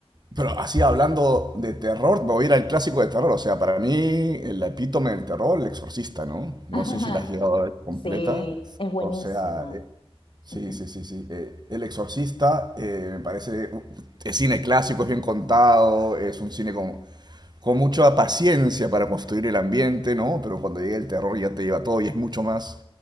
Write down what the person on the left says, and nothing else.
<laughs>
Ajá.
Sí, es buenísima.
Ujú,